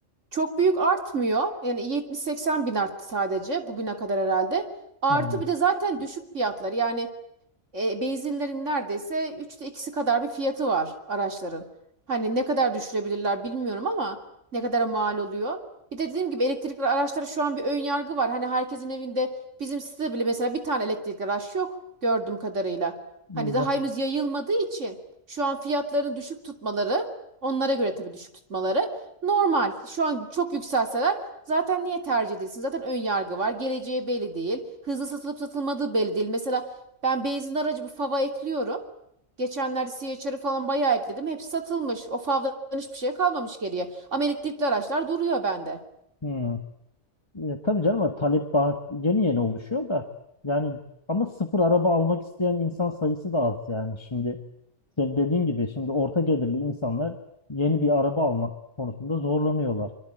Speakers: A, on the right; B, on the left.
A: Çok büyük artmıyor. Yani 70-80 bin arttı sadece bugüne kadar herhalde. Artı
B: Yani,
A: bir de zaten düşük fiyatlar. Yani e, benzinlerin neredeyse üçte ikisi kadar bir fiyatı var araçların. Hani ne kadar düşürebilirler bilmiyorum ama ne kadara mal oluyor. Bir de dediğim gibi elektrikli araçlara şu an bir ön yargı var. Hani herkesin evinde bizim sitede bile mesela bir tane elektrikli araç yok gördüğüm kadarıyla. Hani
B: yok.
A: daha henüz yayılmadığı için şu an fiyatlarını düşük tutmaları onlara göre tabii düşük tutmaları normal. Şu an çok yükselseler zaten niye tercih edilsin? Zaten ön yargı var. Geleceği belli değil. Hızlı satılıp satılmadığı belli değil. Mesela ben benzin aracı bu fava ekliyorum. Geçenlerde CHR'ı falan bayağı ekledim. Hepsi satılmış. O favdan hiçbir şey kalmamış geriye. Ama elektrikli araçlar duruyor bende.
B: Hmm. E, tabii canım ama talep daha yeni yeni oluşuyor da yani ama sıfır araba almak isteyen insan sayısı da az yani şimdi senin dediğin gibi şimdi orta gelirli insanlar yeni bir araba almak konusunda zorlanıyorlar.